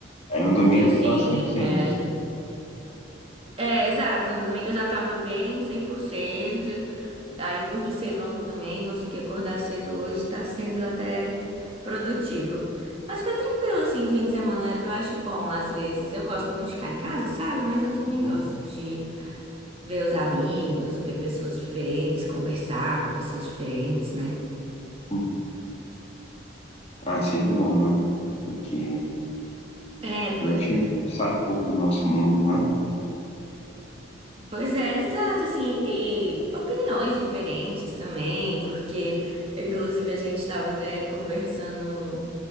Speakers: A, on the left; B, on the right.
A: Aí no
B: porque
A: domingo
B: assim,
A: já tava 100%.
B: é, a gente- é, exato, no domingo eu já tava bem cem por cento Aí dormi cedo ontem também, consegui acordar cedo hoje, tá sendo até produtivo. Mas foi tranquilo assim, fim de semana. Eu acho bom às vezes. Eu gosto muito de ficar em casa, sabe? Mas eu também
A: Uhum,
B: gosto de ver os amigos, ver pessoas diferentes, conversar com pessoas diferentes, né?
A: sim. Ah, é sempre bom, né? Porque
B: É,
A: a
B: pois
A: gente
B: é.
A: sai um pouco do nosso mundo, né?
B: Pois é, exato, assim, e opiniões diferentes também, porque inclusive a gente estava até conversando